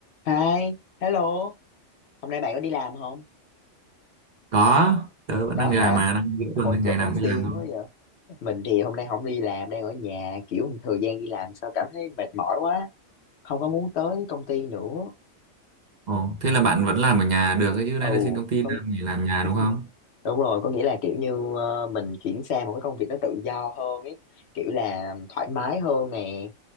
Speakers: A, on the left; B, on the right.
A: Hi, hello. Hôm nay bạn có đi làm không?
B: có tớ vẫn
A: Có
B: đang đi làm
A: hả?
B: mà đang giữa
A: Hồi
B: tuần nên
A: trời
B: ngày nào
A: hồi
B: cũng
A: xiên
B: đi làm thôi
A: quá vậy. Mình thì hôm nay không đi làm, đang ở nhà. Kiểu thời gian đi làm sao cảm thấy mệt mỏi quá. Không có muốn tới công ty nữa.
B: Ồ, thế là bạn vẫn làm ở nhà được ấy chứ
A: Ồ,
B: đây là xin công ty
A: con...
B: làm nghỉ
A: <laughs>
B: làm nhà đúng không
A: đúng rồi, có nghĩa là kiểu như ờ, mình chuyển sang một cái công việc nó tự do hơn ấy. Kiểu là thoải mái hơn nè.